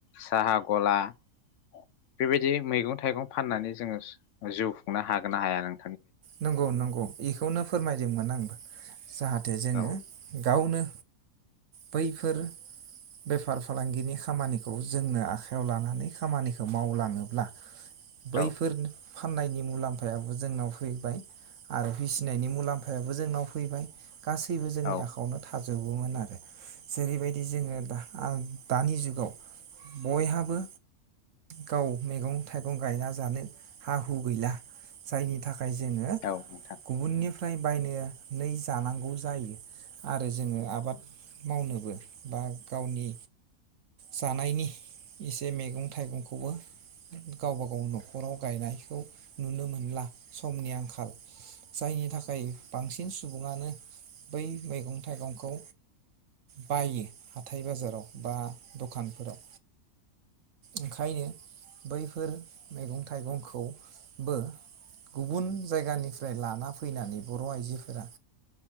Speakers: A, on the left; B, on the right.
A: साहा गला बेबायदि मैगं थाइगं फाननानै जोङो जिउ खुंनो हागोन ना हाया नों
B: नंगौ-नंगौ इखौनो फोरमायदोंमोन आंबो जाहाथे जोङो
A: औ
B: गावनो बैफोर बेफार फालांगिनि खामानिखौ जोंनो आखायाव लानानै खामानिखौ मावलाङोब्ला बैफोर
A: औ
B: फाननायनि मुलाम्फायाबो जोंनाव फैबाय आरो फिसिनायनि मुलाम्फायाबो जोंनाव फैबाय। गासैबो जोंनि
A: औ
B: आखाइआवनो थाजोब गौमोन आरो जेरैबायदि जोङो दा आं दानि जुगाव बयहाबो गाव मैगं थाइगं गायना जानो हा हु गैला जायनि खाय जोङो
A: औ नोंथां
B: गुबुननि फ्राय बायनानै जानांगौ जायो आरो जोङो आबाद मावनोबो बा गावनि जानायनि एसे मैगं थाइगंखौबो गावबा गाव नखराव गायनायखौ नुनो मोनला। समनि आंखाल जायनि थाखाय बांसिन सुबुङानो बै मैगं थाइगंखौ बायो। हाथाय बाजाराव बा दखान फोराव ओंखायनो बैफोर मैगं थाइगंखौबो गुबुन जायगानिफ्राय लाना फैनानै बर' आइजोफोरा